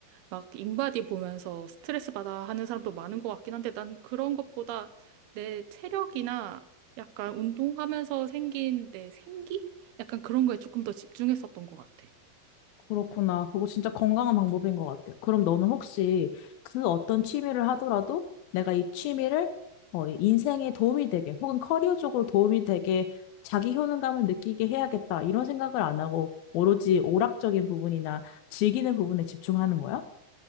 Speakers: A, on the right; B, on the left.
A: 막 인바디 보면서 스트레스 받아 하는 사람도 많은 것 같긴 한데, 난 그런 것보다 내 체력이나 약간 운동하면서 생긴 내 생기? 약간 그런 거에 조금 더 집중했었던 것 같아.
B: 그렇구나. 그거 진짜 건강한 방법인 것 같아. 그럼 너는 혹시 그 어떤 취미를 하더라도 내가 이 취미를 어, 인생에 도움이 되게 혹은 커리어 쪽으로 도움이 되게 자기 효능감을 느끼게 해야겠다. 이런 생각을 안 하고 오로지 오락적인 부분이나 즐기는 부분에 집중하는 거야?